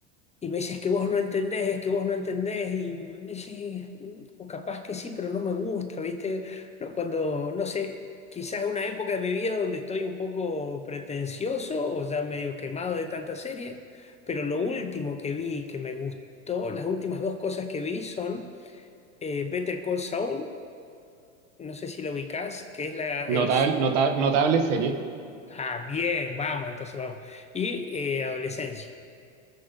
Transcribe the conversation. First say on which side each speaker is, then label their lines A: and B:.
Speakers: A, on the left (about 15°); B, on the right (about 65°).
A: Y me dices que vos no entendés, es que vos no entendés y mm, y sí, mm, o capaz que sí, pero no me gusta, ¿viste? No, cuando, no sé, quizás una época de mi vida donde estoy un poco pretencioso o ya medio quemado de tanta serie, pero lo último que vi que me gustó, las últimas dos cosas que vi son eh, Better Call Saul, no sé si lo ubicás, que es la, el
B: Notable, nota- notable serie.
A: Ah, bien, vamos, entonces vamos. Y eh, adolescencia.